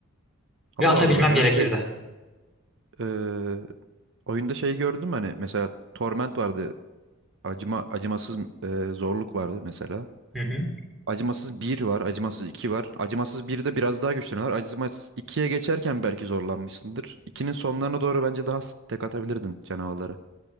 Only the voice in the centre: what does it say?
Ve atabilmem
gerekirdi.
Hı hı.